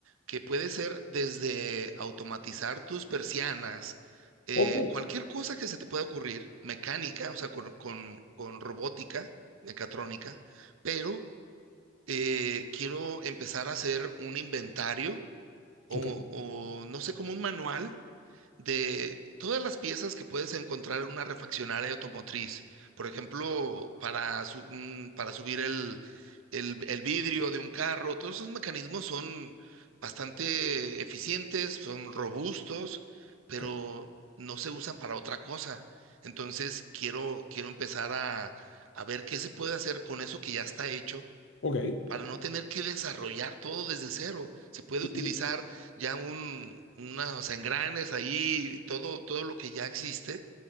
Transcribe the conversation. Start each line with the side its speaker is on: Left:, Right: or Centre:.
Right: que puede ser desde automatizar tus persianas, eh,
Left: ok,
Right: cualquier cosa que se te pueda ocurrir, mecánica, o sea, con, con- con robótica, mecatrónica, pero eh, quiero empezar a hacer un inventario o,
Left: ok,
Right: o no sé, como un manual de todas las piezas que puedes encontrar en una refaccionaria automotriz. Por ejemplo, para, su- un- para subir el, el- el vidrio de un carro, todos esos mecanismos son bastante eficientes, son robustos, pero
Left: ok.
Right: no se usan para otra cosa. Entonces, quiero, quiero empezar a, a ver qué se puede hacer con eso que ya está hecho
Left: ok.
Right: para no tener que desarrollar todo desde cero. Se puede
Left: Y,
Right: utilizar ya un, unos engranes ahí, todo, todo lo que ya existe